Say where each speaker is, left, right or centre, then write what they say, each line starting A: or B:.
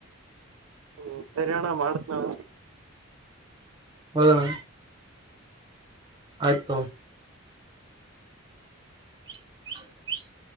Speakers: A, on the right; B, on the right.
A: ಹ್ಮ್ ಸರಿ ಅಣ್ಣ ಮಾಡತ್ ನಾವ
B: ಹೌದಣ ಆಯ್ತು ಹ